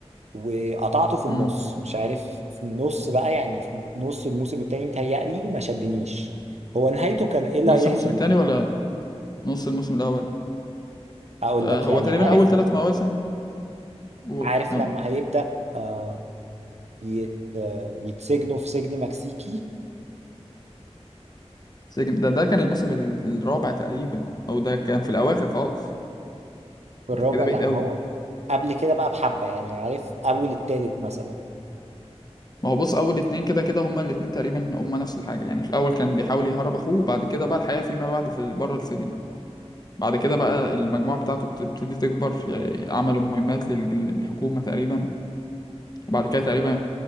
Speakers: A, on the right (about 80°); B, on the left (about 35°).
A: وقطعته في النص
B: مم.
A: مش عارف في النص بقى يعني في نص الموسم التاني متهيألي ما شدنيش هو نهايته كان ايه اللي
B: نص
A: هيحصل
B: الموسم التاني
A: لان
B: ولا نص الموسم الأول
A: اقول
B: أه
A: لك
B: هو
A: يعني
B: تقريبا
A: عارف
B: أول ثلاث مواسم قول
A: عارف
B: كام
A: لما هيبدأ آه، يت- آه، يتسجنوا في سجن مكسيكي
B: سجن ده ده كان الموسم الرابع تقريبا أو ده كان في الأواخر خالص
A: في الرابع
B: أنت كده بعيد
A: لا
B: أوي
A: ما هو قبل كده بقى بحبة يعني عارف أول التالت مثلا
B: ما هو بص اول اتنين كده كده هما الاتنين تقريبا هما نفس الحاجه يعني في الاول كان بيحاول يهرب اخوه وبعد كده بقى الحياه فيما بعد في بره السجن بعد كده بقى المجموعه بتاعته بتبتدي تكبر يعني عملوا مهمات للج- للحكومه تقريبا وبعد كده تقريبا